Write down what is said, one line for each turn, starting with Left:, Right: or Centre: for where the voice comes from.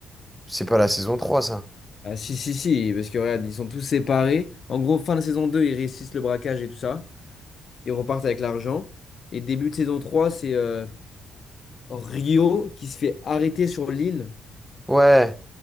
Centre: C'est pas la saison trois, ça.
Left: Ah si, si, si, parce que regarde, ils sont tous séparés. En gros, fin de saison 2, ils réussissent le braquage et tout ça. Ils repartent avec l'argent. Et début de saison 3, c'est euh, Rio qui se fait arrêter sur l'île
Centre: Ouais,